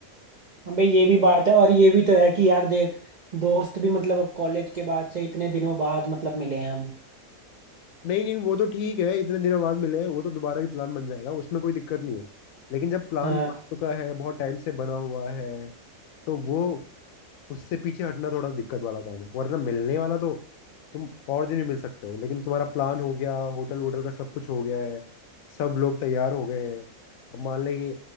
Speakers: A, on the right; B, on the left.
A: हाँ भाई ये भी बात है और ये भी तो है कि यार देख दोस्त भी मतलब अब कॉलेज के बाद से इतने दिनों बाद मतलब मिले हैं हम
B: नहीं नहीं वो तो ठीक है इतने दिनों बाद मिले हैं, वो तो दोबारा भी प्लान बन जाएगा उसमें कोई दिक्कत नहीं है लेकिन जब प्लान
A: हाँ
B: बन चुका है बहुत टाइम से बना हुआ है तो वो उससे पीछे हटना थोड़ा दिक्कत वाला काम है वरना मिलने वाला तो तुम और दिन भी मिल सकते हो लेकिन तुम्हारा प्लान हो गया होटल वोटल का सब कुछ हो गया है सब लोग तैयार हो गए हैं अब मान लें कि